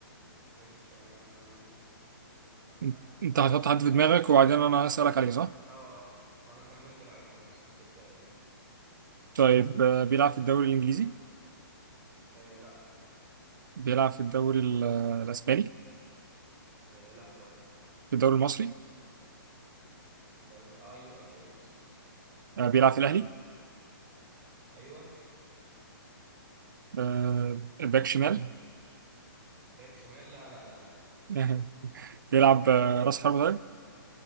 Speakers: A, on the right; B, on the right.
A: ماشي أه انا
B: انت أنت هتحط حد في
A: هقول
B: دماغك
A: لك
B: وبعدين
A: انا خمنت
B: انا هسالك عليه صح
A: اه انا خمنت لعيب خلاص ابدا يلا.
B: طيب آه بيلعب في الدوري الانجليزي
A: أه لا
B: بيلعب في الدوري ال- آه، الاسباني
A: آه لا برضه
B: في الدوري المصري
A: الدوري آه ايوه الدوري المصري
B: آه بيلعب في الاهلي
A: ايوه
B: آه باك شمال
A: باك شمال لا لا لا لا
B: <laughs> بيلعب آه راس حربة طيب